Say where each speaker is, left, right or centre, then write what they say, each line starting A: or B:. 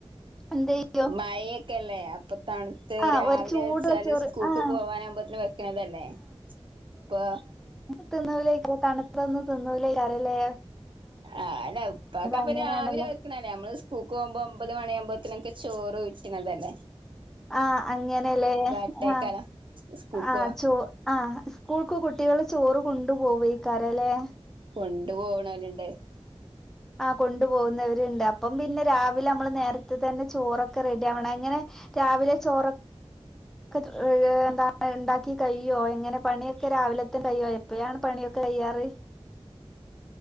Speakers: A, in the centre; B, on the right (about 50°).
A: എന്ത് ചെയ്യും
B: മയെക്കെല്ലേ അപ്പൊ തണുത്ത്
A: ആഹ്
B: രാവിലെ
A: ഒരു ചൂടുള്ള
B: വെച്ചാല്
A: ചോറ്
B: സ്കൂക്ക്
A: ആഹ്
B: പോവാനാമ്പത്തന് വെക്കണതല്ലേ അപ്പൊ
A: <unintelligible> തണ് അതൊന്നു തിന്നൂല കരളെ
B: ആഹ് അല്ല ഉപ്പക്കപ്പൊ
A: അങ്ങനെയാണല്ലോ
B: രാവിലെ വെക്കണല്ലേ നമ്മള് പൂക്ക് പോകുമ്പോ ഒമ്പത് മണിയാകുമ്പത്ത്നൊക്കെ ചോറ് ഊറ്റ്ണതല്ലേ
A: ആഹ് അങ്ങനെല്ലേ
B: എട്ടേക്കാല
A: ആഹ്
B: സ്കൂക്കോ
A: ആ ചോ ആഹ് സ്കൂൾക്ക് കുട്ടികൾ ചോറ് കൊണ്ടു പോവയിക്കാരല്ലേ
B: കൊണ്ട് പോകണല്ലണ്ട്
A: ആഹ് കൊണ്ടുപോകുന്നവരുണ്ട് അപ്പം പിന്നെ രാവിലെ മ്മള് നേരത്തെ തന്നെ ചോറൊക്കെ റെഡി ആവണം എങ്ങനെ രാവിലെ ചോറ് <unintelligible> എന്താണ് ണ്ടാക്കി കയിയോ എങ്ങനെ പണിയൊക്കെ രാവിലെത്ത കയിയോ എപ്പഴാണ് പണിയൊക്കെ കയ്യാറ്